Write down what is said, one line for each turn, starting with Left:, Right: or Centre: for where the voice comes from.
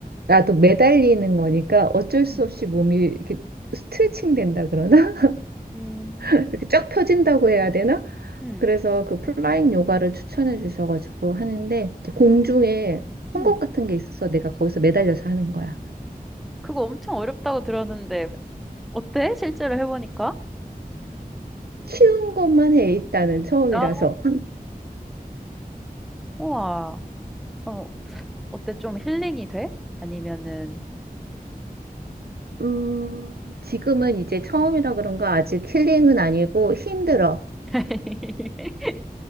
Right: 나도 매달리는 거니까 어쩔 수
Centre: 응.
Right: 없이 몸이 이렇게 스트레칭 된다 그러나?
Centre: 음,
Right: 이렇게 쫙 펴진다고 해야 되나?
Centre: 응,
Right: 그래서 그 플라잉 요가를 추천해 주셔가지고 하는데 이제 공중에 헝겊
Centre: 응.
Right: 같은 게 있어서 내가 거기서 매달려서 하는 거야.
Centre: 그거 엄청 어렵다고 들었는데, 어때? 실제로 해보니까?
Right: 쉬운 것만 해 일단은 처음이라서.
Centre: 아, 우와. 그럼 어때? 좀 힐링이 돼? 아니면은,
Right: 음, 지금은 이제 처음이라 그런가 아직 힐링은 아니고 힘들어.
Centre: <laughs>